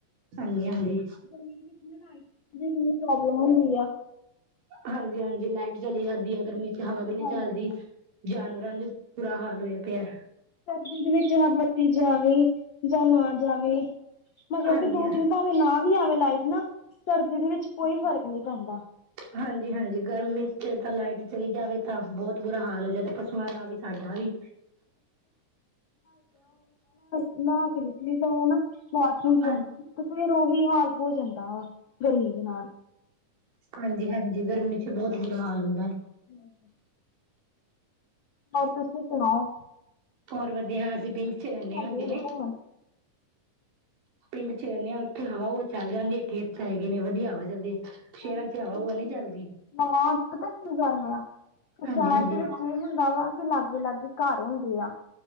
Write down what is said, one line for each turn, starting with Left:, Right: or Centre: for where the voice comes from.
Right: ਹਾਂਜੀ। ਹਾਂਜੀ
Left: ਗਰਮੀ ਦੇ ਵਿੱਚ ਲਾਈਟ ਦੀ ਪ੍ਰੋਬਲਮ ਹੁੰਦੀ ਆ।
Right: ਹਾਂਜੀ -ਹਾਂਜੀ, ਲਾਈਟ- ਚਲੀ ਜਾਂਦੀ ਹੈ ਗਰਮੀ ਚੋ, ਹਵਾ ਵੀ ਨਹੀਂ
Left: ਹਾਂਜੀ
Right: ਚੱਲਦੀ ਜਾਨਵਰਾਂ ਦਾ ਬੁਰਾ ਹਾਲ ਹੋਇਆ ਪਿਆ
Left: ਸਰਦੀ ਦੇ ਵਿੱਚ ਬੱਤੀ ਜਾਵੇ ਜਾਂ ਨਾ ਜਾਵੇ ਮਤਲਬ
Right: ਹਾਂਜੀ
Left: ਕਿ, ਦੋ
Right: ਹਾਂ,
Left: ਦਿਨ ਭਾਵੇਂ ਨਾ ਵੀ ਆਵੇ ਲਾਈਟ ਨਾ, ਸਰਦੀ ਦੇ ਵਿੱਚ ਕੋਈ ਫ਼ਰਕ ਨਹੀਂ ਪੈਂਦਾ।
Right: ਹਾਂਜੀ, ਹਾਂਜੀ! ਗਰਮੀ ‍'ਚ ਤਾਂ ਲਾਈਟ ਚਲੀ ਜਾਵੇ, ਤਾਂ ਬਹੁਤ ਬੁਰਾ ਹਾਲ ਹੋ ਜਾਂਦਾ। ਤੁਹਾਡਾ ਵੀ, ਸਾਡਾ ਵੀ।
Left: ਬਾਹਰ ਨਿਕਲ ਵੀ ਜਾਓ, ਨਾ ਵਾਸ਼ਰੂਮ
Right: ਹਾਂਜੀ-ਹਾਂਜੀ
Left: 'ਚੋਂ, ਤੇ ਫੇਰ ਉਹੀ ਹਾਲ ਹੋ ਜਾਂਦਾ ਵਾ ਗਰਮੀ ਦੇ ਨਾਲ।
Right: ਹਾਂਜੀ, ਹਾਂਜੀ, ਗਰਮੀ 'ਚ ਬਹੁਤ ਬੁਰਾ ਹਾਲ ਹੁੰਦਾ।
Left: <unintelligible> ਹੋਰ ਤੁਸੀਂ ਸੁਣਾਓ?
Right: ਹੋਰ ਵਧੀਆ, ਅਸੀਂ
Left: ਤੁਸੀਂ
Right: ਪਿੰਡ
Left: ਕਿੱਥੇ
Right: ਚ
Left: ਕਿੱਥੇ
Right: ਰਹਿਣੇ
Left: ਜਾਂਦੇ
Right: ਹਾਂ
Left: ਹੁੰਦੇ
Right: ਜਿਵੇਂ
Left: ਘੁੰਮਣ?
Right: ਪਿੰਡ ਚ ਰਹਿਣੇ ਆਂ ਉੱਥੇ ਹਵਾ ਬੋਹਤ ਚੱਲ ਜਾਂਦੀ ਹੈ, ਖੇਤ ਤਾਂ ਹੈਗੇ ਨੇ, ਵਧੀਆ ਹਵਾ ਚੱਲਦੀ ਹੈ। ਸ਼ਹਿਰਾਂ
Left: ਹਾਂਜੀ
Right: ਚ ਹਵਾ
Left: <unintelligible>
Right: ਹੁਵਾ ਨੀ ਚੱਲਦੀ
Left: ਹਾਂ‌ ਪਤਾ ਕੀ ਗੱਲ ਏ ਆ? ਸ਼ੇਹਰ
Right: ਹਾਂਜੀ-ਹਾਂਜੀ।
Left: ਦੇ ਵਿੱਚ ਵੀ ਹੁੰਦਾ ਵਾ, ਕਿ ਲਾਗੇ-ਲਾਗੇ ਘਾਰ ਹੁੰਦੇ ਆ।